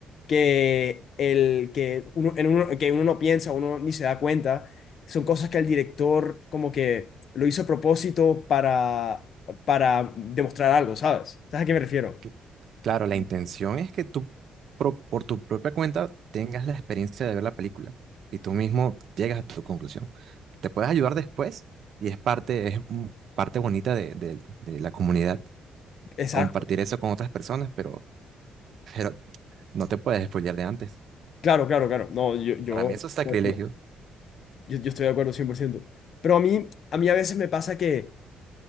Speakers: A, on the left; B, on the right.
A: que, el, que, uno, en uno, que uno no piensa, uno ni se da cuenta. Son cosas que el director como que lo hizo a propósito para, para demostrar algo, ¿sabes? ¿Sabes a qué me refiero?
B: Cl- Claro, la intención es que tú, pro- por tu propia cuenta, tengas la experiencia de ver la película y tú mismo llegas a tu conclusión. Te puedes ayudar después y es parte, es un- parte bonita de, de- de la comunidad,
A: Exacto.
B: compartir eso con otras personas, pero, pero no te puedes spoilear de antes.
A: Claro, claro, claro. No, yo, yo,
B: Para mí eso es sacrilegio.
A: yo, yo estoy de acuerdo cien por ciento Pero a mí, a mí a veces me pasa que